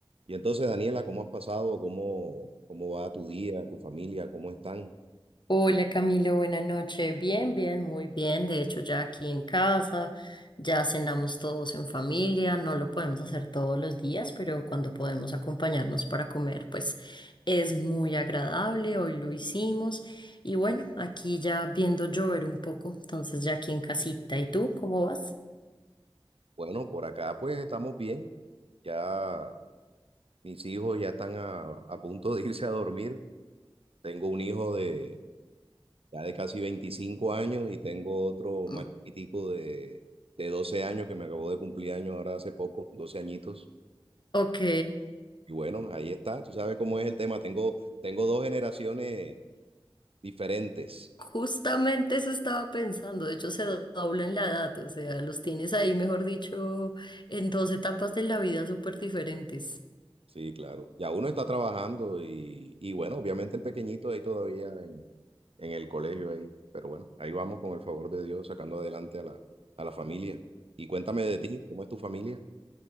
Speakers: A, on the right (about 80°); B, on the left (about 55°).
A: Y entonces, Daniela, ¿cómo has pasado? ¿Cómo, cómo va tu día, tu familia? ¿Cómo están?
B: Hola Camilo, buenas noches. Bien, bien, muy bien. De hecho, ya aquí en casa, ya cenamos todos en familia. No lo podemos hacer todos los días, pero cuando podemos acompañarnos para comer, pues es muy agradable. Hoy lo hicimos. Y bueno, aquí ya viendo llover un poco, entonces ya aquí en casita. ¿Y tú cómo vas?
A: Bueno, por acá pues estamos bien. Ya mis hijos ya están a, a punto de irse a dormir. Tengo un hijo de ya de casi 25 años y tengo otro
B: Mm,
A: más chiquitico de, de 12 años que me acabó de cumplir años ahora hace poco, 12 añitos.
B: Ok.
A: Y bueno, ahí está. Tú sabes cómo es el tema. Tengo, tengo dos generaciones diferentes.
B: Justamente eso estaba pensando, de hecho se dobla en la edad, o sea, los tienes ahí, mejor dicho, en dos etapas de la vida súper diferentes.
A: Sí, claro. Ya uno está trabajando y, y bueno, obviamente el pequeñito ahí todavía en, en el colegio ahí, pero bueno, ahí vamos con el favor de Dios sacando adelante a la, a la familia. Y cuéntame de ti, ¿cómo es tu familia?